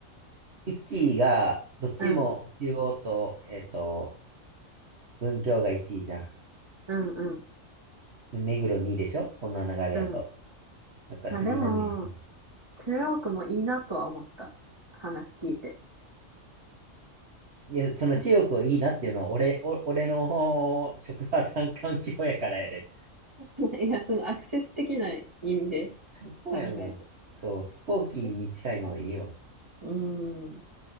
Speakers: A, on the right; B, on the right.
A: 1位が、どっちも中央と、
B: うん、
A: えっと、文京が1位じゃん。
B: うん、うん、
A: で目黒2位でしょこんな流れやと。
B: うん。
A: なんか杉並屋さん。
B: まあでも、中央区もいいなとは思った。話聞いて。
A: いや、その中国をいいなっていうのは、
B: 確
A: 俺、お、俺の職場環境やからやで。
B: <laughs> いや、そのアクセス的な意味で
A: 最高やもん。
B: 考えて。
A: そう、飛行機に近いのはいいよ。
B: やっぱ、うーん、